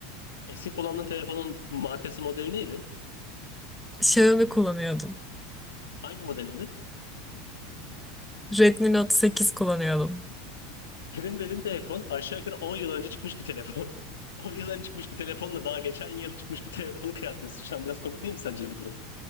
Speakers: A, on the left; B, in the centre.
A: Eski kullandığın telefonun markası modeli neydi?
B: Xiaomi kullanıyordum.
A: Hangi modelini?
B: Redmi Note 8 kullanıyordum.
A: Senin dediğin telefon aşağı yukarı 10 yıl önce çıkmış bir telefon. <laughs> 10 yıl önce çıkmış bir telefonla daha geçen yıl çıkmış bir telefonu kıyaslıyorsun. Şu an biraz komik değil mi sence bu durum?